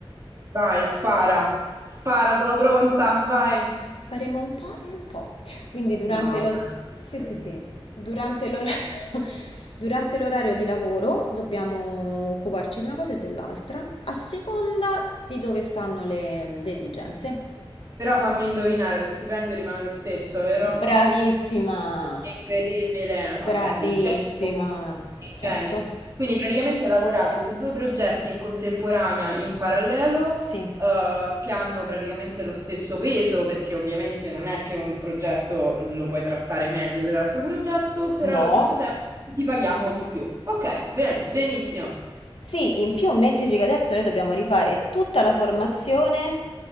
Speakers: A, on the right (about 35°); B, on the left (about 75°).
A: Vai, spara. Spara, sono pronta. Vai.
B: Faremo un po' e un po'. Quindi durante
A: No, va
B: lo... Sì,
A: bene.
B: sì, sì. Durante l'orario... <laughs> durante l'orario di lavoro dobbiamo occuparci di una cosa e dell'altra, a seconda di dove stanno le, le esigenze.
A: Però fammi indovinare, lo stipendio rimane lo stesso, vero?
B: Bravissima!
A: Incredibile, vabbè,
B: Bravissima!
A: dei geni comunque, dei
B: Certo.
A: geni. Quindi praticamente lavorate su due progetti in contemporanea, in parallelo,
B: Sì.
A: eh, che hanno praticamente lo stesso peso, perché ovviamente non è che un progetto lo puoi trattare meglio dell'altro progetto, però
B: No.
A: allo stesso tempo ti paghiamo di più. Ok, bene, benissimo.
B: Sì, in più mettici che adesso noi dobbiamo rifare tutta la formazione